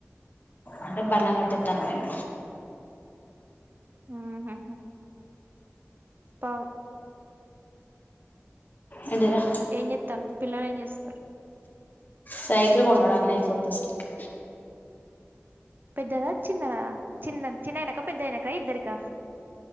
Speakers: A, on the left; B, on the right.
A: అంటే బల్లం గట్టొతాని పోయిన్
B: ఊహూ పౌ
A: ఏంటిదిరా
B: ఏం చేత్తారు పిల్లలు ఏం చేస్తారు
A: సైకిలు కొన్నడు అన్నయ్య కొత్త సైకిలు
B: పెద్దదా చిన్నదా చిన్న చిన్నాయనకా పెద్దాయనకా ఇద్దరికా